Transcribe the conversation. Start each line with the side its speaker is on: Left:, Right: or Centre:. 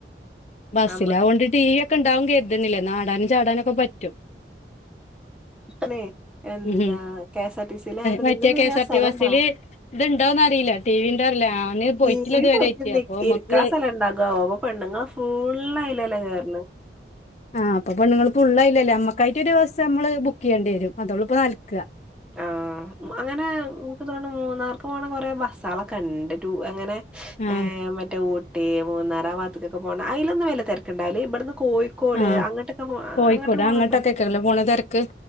Left: ബസ്സില
Centre: നമ്മക്കണേ
Left: ആവും കൊണ്ട് ടി വി ഒക്കെ ഉണ്ടാവും കരുതുന്ന് ആടാനും ചാടാനൊക്കെ പറ്റും
Centre: പിനെ എന്താ
Left: ഉം
Centre: കെഎസ് ആർ ടി സയില ആണ്ട
Left: മറ്റേ
Centre: നിന്ന തിരിയാൻ
Left: കെ എസ് ആർ
Centre: സ്ഥലം
Left: ടി ബസ്സില്
Centre: ഉണ്ടാവോ
Left: ഇത്ണ്ടോന്ന് അറിയില്ല ടി വി ഉണ്ടോ അറിയില്ല ഞാന് പോയിട്ടില്ല
Centre: ടി വി
Left: ഇതുവരെയായിട്ട്
Centre: പോയിട്ട്
Left: അപ്പൊ നമ്മക്ക്
Centre: ഇരിക്കാ സ്ഥലം ഇണ്ടാകാവോ ഇപ്പൊ പെണ്ണുങ്ങ ഫുള് അയില് ല്ലേ കേയറന്ന്
Left: ആഹ്പ്പൊ പെണ്ണങ്ങൾുള്ളള്ളായില്ലേ അമ്മക്കായിട്ട് ഒരു ബസ്സ് നമ്മള് ബുക്ക് ചെയ്യേണ്ടി വരും അതോളിപ്പപ്പോ നടക്കാ
Centre: ആ അങ്ങനെ എനിക്ക് തോ മൂന്നാർക്ക് പോണ കൊറെേ ബസ്സാളൊക്കെണ്ട് അങ്ങനെ
Left: ആഹ്
Centre: ഏ മറ്റേ ഊട്ടി മൂന്നാർ ആ വാത്തക്കൊക്കെ പോണം അതിലൊന്നും വല്യ തിരക്കുണ്ടാവൂല ഇവിടെന്ന് കോയി കോട്
Left: ആഹ്
Centre: അങ്ങോട്ടൊക്കെ പോ
Left: കോഴിക്കോട്
Centre: അങ്ങട്ടൊക്കെ പോണ
Left: അങ്ങോട്ടൊക്കെക്കല്ലേ
Centre: സ
Left: പോണ തിരക്ക്